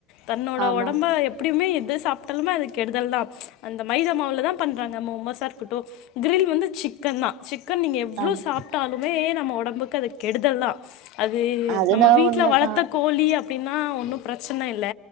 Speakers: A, on the left; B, on the right.
A: தன்னோட
B: ஆமா
A: உடம்ப எப்படியுமே எது சாப்ட்டாலுமே அதுக் கெடுதல் தான் அந்த மைதா மாவுல தான் பண்றாங்க மோமோசா இருக்கட்டு கிரில் வந்து சிக்கன் தா சிக க்கு நீங்க எவ்ளோ
B: ஆமா
A: சாப்டாலுமே ஆமா ஒடம்புக் அது கெடுதல் தா அது
B: அதுனா
A: நம்ம வீட்ல
B: உண்மதா
A: வளத்த கோழி அ அப்டின்னா ஒன்னு ப்ரச்சனை இல்ல